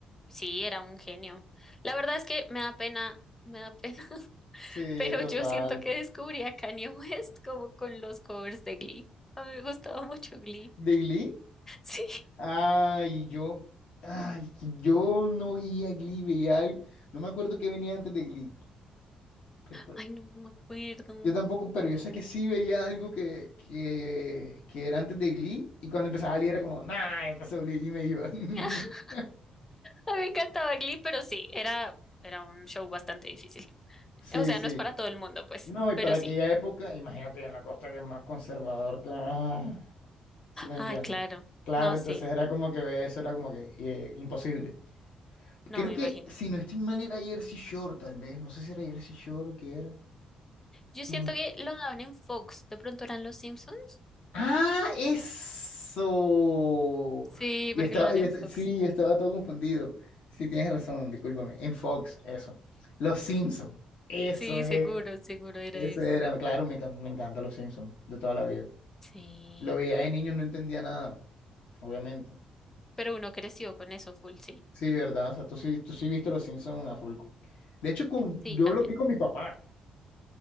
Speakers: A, on the left; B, on the left.
A: sí, era un genio. La verdad es que me da pena, me da pena, <laughs>
B: Sí,
A: pero
B: total.
A: yo siento que descubrí a Kanye West como con los covers de Glee. A mí me gustaba mucho Glee.
B: ¿De
A: <laughs>
B: Glee?
A: Sí.
B: Ay, yo, ay, que yo no veía Glee, veía algo. No me acuerdo qué venía antes de Glee. Recuerdo.
A: Ay, no, no me acuerdo.
B: Yo tampoco, pero yo sé que sí veía algo que, que, que era antes de Glee y cuando empezaba Glee era como, nah, ya pasó Glee y me iba. <laughs>
A: <laughs> A mí me encantaba Glee, pero sí, era, era un show bastante difícil.
B: Sí,
A: O sea,
B: sí.
A: no es para todo el mundo, pues,
B: No, y
A: pero
B: para aquella
A: sí.
B: época, imagínate en la costa que es más conservador que... ah, ¿sí me entiendes?
A: Ay, claro.
B: Claro,
A: No,
B: entonces
A: sí.
B: era como que ve eso era como que eh, imposible.
A: No
B: Creo
A: me
B: que
A: imagino.
B: si no estoy mal era Jersey Shore tal vez, no sé si era Jersey Shore o qué era.
A: Yo siento
B: No.
A: que lo daban en Fox. ¿De pronto eran los Simpsons?
B: ¡Ah, eso!
A: Sí,
B: Y
A: porque
B: estaba,
A: lo dan
B: y
A: en
B: esta-
A: Fox.
B: sí, yo estaba todo confundido. Sí, tienes razón, discúlpame. En Fox, eso. Los Simpson, eso
A: Sí,
B: era.
A: seguro, seguro era
B: Eso
A: eso.
B: era, claro, me, encan- me encantan los Simpson de toda la vida.
A: Sí,
B: Lo veía de niño, no entendía nada, obviamente.
A: pero uno creció con eso full, sí.
B: Sí, ¿verdad? O sea, tú sí, tú sí viste los Simpson a full. De hecho, con-
A: Sí,
B: yo
A: también.
B: lo vi con mi papá.